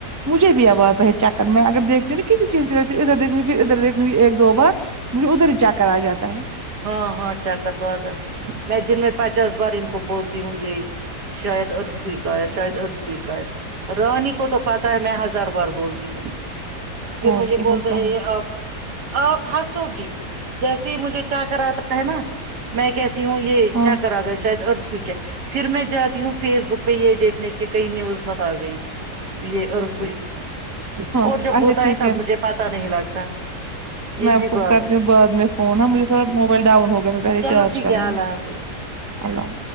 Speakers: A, on the right; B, on the right.
A: مجھے بھی اب آتا ہے چ میں اگر دیکتیوں نا کسی چیز کی دیک ادھر دھ گی پھر ادھر دیکھ گی ایک دو بار مجھے ادھر ہی جا کر آ جاتا ہے
B: ہاں ہاںچا کر توتا ہے میں دن میں پچاس بار ان کو بولتی ہوں یہی شاید ارتھ کوئک آیا شاید ارت کئک رانی کو تو پتا ہے میں ہزار بار بولتی ہوں پھر
A: اور
B: مجھے
A: کیا
B: بولتے
A: ہوتا
B: ہیں یہ
A: ہے
B: آپ آپ ہنسو گی جیسے ہی مجھے چاہ کراتا ہے نا میں کہتی ہوں یہ
A: ہاں
B: چکر اگیا شاہد ارتھ کوئک پھر میں جاتی ہوں فیس بک پہ یہ دیکھنے کی کئی نیوز مت آ گئی یہ اورت کوئی تھا
A: ہاں
B: اور جب
A: اچھا
B: ہوتا
A: ٹھیک
B: ہے تب مجھے پتا نہیں لگتا یہ
A: میں آپ
B: بھی
A: کو
B: بات
A: کرتی ہوں بعد میں فون مجھے سرا موبائل ڈاؤن ہو گیا میں پہلے
B: چلو
A: چارج
B: ٹھیک
A: کروں
B: ہے اللہ
A: گی
B: حافظ
A: اللہ